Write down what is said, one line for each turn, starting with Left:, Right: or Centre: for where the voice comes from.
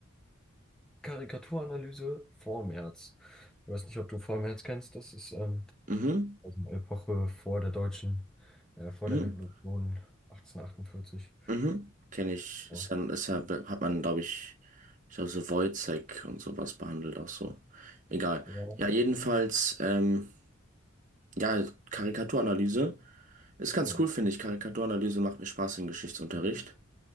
Centre: Karikaturanalyse Vormärz. Ich weiß nicht, ob du Vormärz kennst. Das ist ähm,
Right: Mhm,
Centre: aus einer Epoche vor der deutschen, äh, vor
Right: mhm,
Centre: der Revolution 1848.
Right: mhm. Kenne ich.
Centre: Ja,
Right: Ist ja, ist ja, be- hat man, glaube ich, ich glaube, so Wojcik und sowas behandelt auch so. Egal.
Centre: ja,
Right: Ja, jedenfalls, ähm, ja, Karikaturanalyse ist ganz
Centre: genau.
Right: cool, finde ich. Karikaturanalyse macht mir Spaß im Geschichtsunterricht.